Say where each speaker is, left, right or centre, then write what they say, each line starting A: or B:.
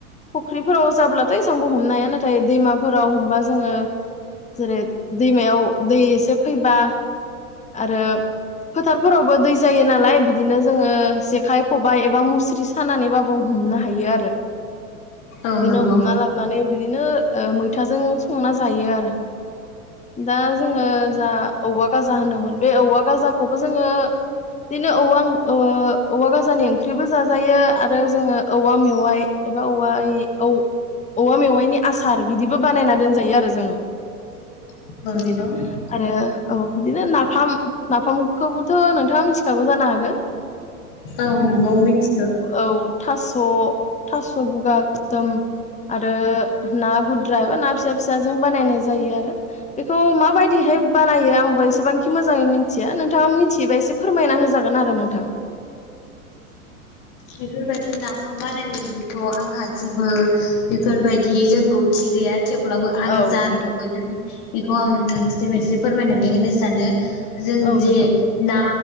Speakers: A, on the left; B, on the left.
A: फख्रिफोराव जाब्लाथ' एसांबो हमनो हाया नाथाय दैमाफोराव हमबा जोङो जेरै दैमायाव दै एसे फैबा आरो फोथारफोरावबो दै जायो नालाय बिदिनो जोङो जेखाइ खबाइ एबा मुस्रि सानानैबाबो औ हमनो हायो आरो
B: औ
A: बिदिनो
B: नंगौ
A: हमना लाबनानै बिदिनो मैथाजों संना जायो आरो दा जोङो जा औवा गाजा होनदोंमोन बे औवा गाजाखौबो जोङो बिदिनो औवा ओ औवागाजानि ओंख्रिबो जाजायो आरो जोङो औवा मेवाइ एबा औव ए औ औवा मेवाइनि आसार बिदिबो बानायना दोनजायो आरो जोङो
B: औ
A: बिदिनो
B: नंगौ
A: आरो औ बिदिनो ना फाम नाफामखौबोथ' नोंथाङा मिथिखागौ जानो हागो
B: औ नंगौ मोनथिगौ
A: औ थास'' थास'बुगा गोसोम आरो ना गुद्रा एबा ना फिसा फिसाजों बानायनाय जायो आरो बेखौ माबायदिहाय बानायो आंबो एसेबांखि मोजाङै मिथिया नोंथांआ मिथियोबा एसे फोरमायना होजागोन आरो नोंथां
B: बेफोरबायदि नाफाम बानायनायनिथ' आंहा जेबो बेफोरबायदि रोंगौथि गैया थेवब्लाबो आं
A: औ
B: जा
A: नोंथां
B: नुबोदों बेखौ आं नोंथांनिसम एसे फोरमायनानै होनो सानो जों
A: औ
B: जे
A: नोंथां
B: ना